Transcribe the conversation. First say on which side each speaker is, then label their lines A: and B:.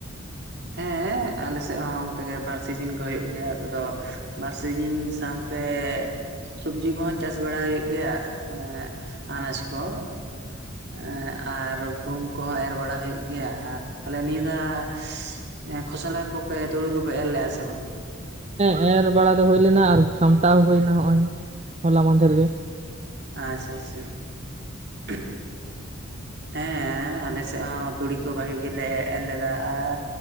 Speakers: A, on the right; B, on the right.
A: ᱦᱮᱸ ᱟᱞᱮ ᱥᱮᱜ ᱦᱚᱸ ᱚᱱᱠᱟᱜᱮ ᱵᱟᱨ ᱥᱤᱡᱤᱱ ᱜᱮ ᱦᱳᱭᱳᱜ ᱜᱮᱭᱟ ᱟᱞᱮ ᱫᱚ ᱵᱟᱨ ᱥᱤᱡᱤᱱ ᱥᱟᱶ ᱛᱮ ᱥᱚᱵᱡᱤ ᱠᱚᱦᱚᱸ ᱪᱟᱥ ᱵᱟᱲᱟ ᱦᱳᱭᱳᱜ ᱜᱮᱭᱟ ᱮ ᱟᱱᱟᱡᱽ ᱠᱚ ᱮ ᱟᱨ ᱜᱩᱦᱩᱢ ᱠᱚᱦᱚᱸ ᱮᱨ ᱵᱟᱲᱟ ᱦᱳᱭᱳᱜ ᱜᱮᱭᱟ ᱟᱨ ᱛᱟᱦᱞᱮ ᱱᱤᱭᱟᱹ ᱫᱷᱟᱣ ᱮ ᱠᱷᱚᱥᱚᱞᱟ ᱠᱚᱯᱮ ᱛᱩᱲᱤ ᱠᱚᱯᱮ ᱮᱨ ᱞᱮᱼᱟ ᱥᱮ ᱵᱟᱝ?
B: ᱦᱮᱸ ᱮᱨ ᱵᱟᱲᱟ ᱫᱚ ᱦᱳᱭ ᱞᱮᱱᱟ ᱟᱨ ᱥᱟᱢᱴᱟᱣ ᱦᱳᱭᱱᱟ ᱦᱚᱜᱼᱚᱭ ᱦᱚᱞᱟ ᱢᱟᱫᱷᱮᱨ ᱜᱮ
A: ᱟᱪᱪᱷᱟ ᱟᱪᱪᱷᱟ ᱦᱮᱸ ᱦᱮᱸ ᱟᱞᱮ ᱥᱮᱜ ᱦᱚᱸ ᱛᱩᱲᱤ ᱠᱚ ᱵᱷᱟᱜᱤ ᱜᱮᱞᱮ ᱮᱨ ᱞᱮᱫᱟ ᱟᱨ